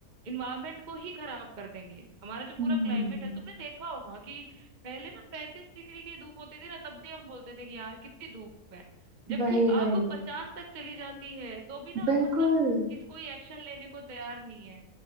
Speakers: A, on the right (about 35°); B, on the right (about 60°).
A: इन्वायरमेंट को ही खराब कर देंगे हमारा जो पूरा
B: हम्म
A: क्लाइमेट है तुमने देखा होगा कि पहले ना पैंतीस डिग्री की धूप होती थी ना तब भी हम बोलते थे कि यार कितनी धूप है जबकि
B: वही वही
A: अब पचास तक चली जाती है तो भी ना
B: बिल्कुल
A: हम मतलब किस कोई एक्शन लेने को तैयार नहीं है